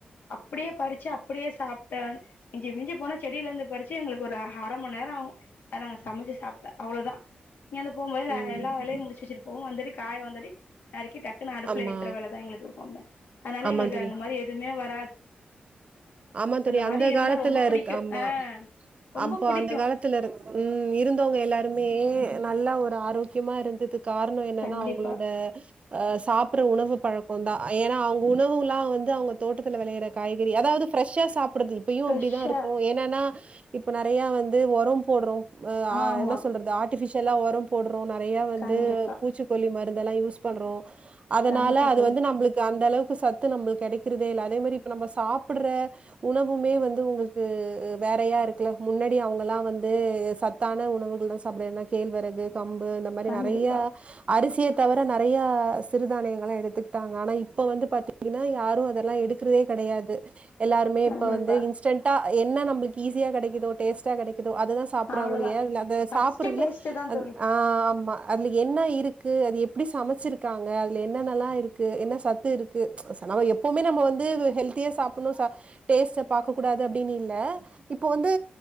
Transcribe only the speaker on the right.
ம்.
ஆமா.
ஆமா
தோழி.
ஆமா தோழி
அந்த
காலத்துல
இருக்கு ஆமா
அப்போ
அந்த காலத்துல இரு ம் இருந்தவ்ங்க எல்லாருமே நல்லா ஒரு ஆரோக்கியமா இருந்தது கார்ணோ என்னன்னா
அவுங்குளோட அ சாப்புறு உணவு பழக்கோந்தா ஏனா அவு உணவுலா வந்து அங்க காய்கறி அதாவதுஃப்ெஷா சா அப்படுது இப்பயும்
அப்படிதான் இருக்கும் ஏனன்னா இப்ப நிறைய வந்து உரம் போட்றோம் ஆ
என்ன சொல்றது ஆர்டிபிஷியல் எல்லாம் ஒரும் போடுறோம் நிறைய வந்து
பூச்சிக்கொல்லி மருந்துெல்லாம் யூஸ் பண்றோம் அதனால
அது
வந்து நம்மளுக்கு அந்த அளவுக்கு சத்து நம்ம கிடைக்கிறதுே இல்ல அதே மாதிரி நம்ம சாப்பிடுற உணவுமே வந்து உங்களுக்கு வேறையா இருக்குல முன்னாடி அவங்கல்லாம் வந்து சத்தான உணவுகள் தான் சாப்பிடனா கேழ்விறகு கம்பு இந்த மாதிரி
நிறைய அரிசிய தவிர நறைய சிறுதானியங்களை எடுத்துக்கிட்டாங்க ஆனா இப்ப வந்து பாத்த அப்பன்னா யாரும் அதெல்லாம் எடு இரு கிடையாது எல்லாருமே
இப்ப வந்து இன்ஸ்டன்டா என்ன நம்மளுக்கு ஈஸியா கிடைக்குதோ டேஸ்டா கிடைக் த அததுதான் சாப்படுறாங்கள
இல்லைய அத
சாப்படுறதுல
ஆ ஆமா அதுல என்ன இருக்கு அது எப்படி சமைச்சிருக்காங்க அதுல என்ன நல்லா இருக்கு என்ன சத்து இருக்கு நம் எப்பவுமே நம்ம வந்து ஹெல்தியா சாப்டணும் டேஸ்ட் பாக்க கூடாது அப்படின்னு இல்ல இப்போ வந்து